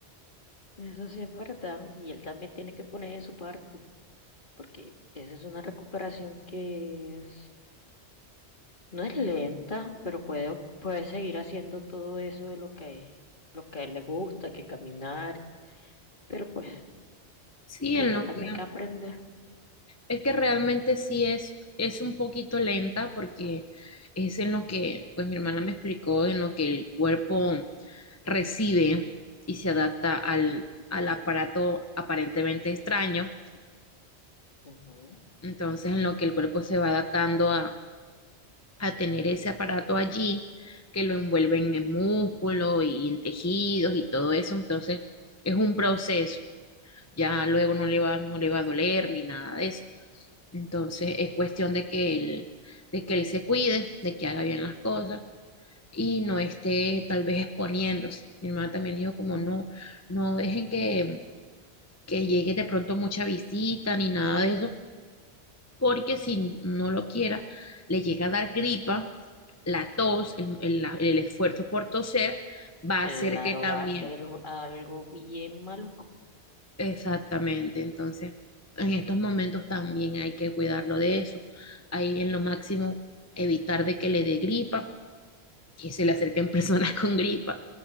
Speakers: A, on the left; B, on the left.
A: Eso sí es verdad. Y él también tiene que poner de su parte, porque esa es una recuperación que es, no es lenta, pero puede, puede seguir haciendo todo eso de lo que, lo que a él le gusta, que caminar. Pero pues
B: Sí,
A: Tiene
B: en lo
A: también
B: que...
A: que aprender.
B: Es que realmente sí es, es un poquito lenta porque es en lo que, pues mi hermana me explicó, en lo que el cuerpo recibe y se adapta al, al aparato aparentemente extraño.
A: Ujú.
B: Entonces, en lo que el cuerpo se va adaptando a, a tener ese aparato allí, que lo envuelven en músculo y en tejidos y todo eso. Entonces, es un proceso. ya luego no le va, no le va a doler ni nada de eso. Entonces es cuestión de que él, de que él se cuide, de que haga bien las cosas y no esté tal vez exponiéndose. Mi hermana también dijo como no, no dejen que, que llegue de pronto mucha visita ni nada de eso, porque si no lo quiera, le llega a dar gripa, la tos, el, el- la- el esfuerzo por toser, va
A: Claro,
B: a hacer que Claro.
A: va
B: también,
A: a ser un- algo bien maluco.
B: Exactamente, entonces en estos momentos también hay que cuidarlo de eso. Hay en lo máximo evitar de que le dé gripa, que se le acerquen personas <laughs> con gripa